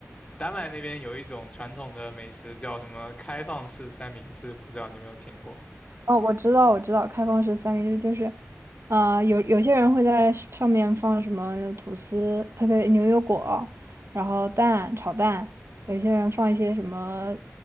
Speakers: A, on the left (about 25°); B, on the right (about 65°).
A: 丹麦那边有一种传统的美食叫什么开放式三明治，不知道你有没有听过？
B: 哦，我知道，我知道，开放式三明治就是，啊、有有些人会在上上面放什么吐司、呸呸，牛油果，然后蛋、炒蛋，有些人放一些什么